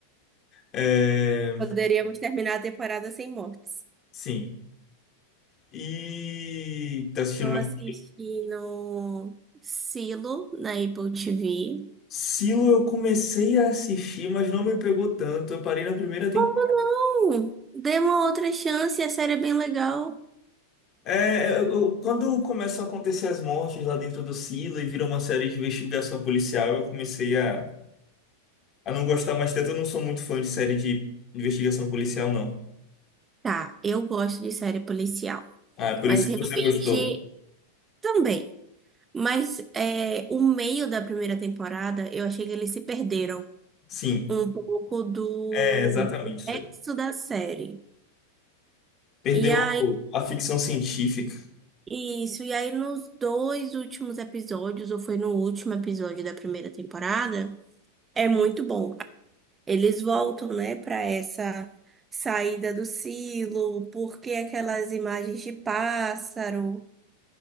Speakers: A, on the left; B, on the right.
A: É,
B: Poderíamos terminar a temporada sem mortes.
A: sim. E tá assistindo
B: Estou
A: mais
B: assistindo
A: o quê?
B: Silo na Apple TV.
A: Silo eu comecei a assistir, mas não me pegou tanto. Eu parei na primeira temporada.
B: Como não? Dê uma outra chance, a série é bem legal.
A: É, é, eu- eu- quando começam a acontecer as mortes lá dentro do Silo e vira uma série de investigação policial, eu comecei a, a não gostar mais tanto. Eu não sou muito fã de série de investigação policial, não.
B: Tá, eu gosto de série policial,
A: Ah, por
B: mas
A: isso
B: realmente
A: que você gostou.
B: também. Mas é, o meio da primeira temporada, eu achei que eles se perderam.
A: Sim,
B: um pouco do
A: é exatamente.
B: do texto da série.
A: Perdeu
B: E aí,
A: a ficção científica.
B: isso, e aí nos dois últimos episódios, ou foi no último episódio da primeira temporada, é muito bom. Eles voltam, né, para essa saída do silo, porque aquelas imagens de pássaro.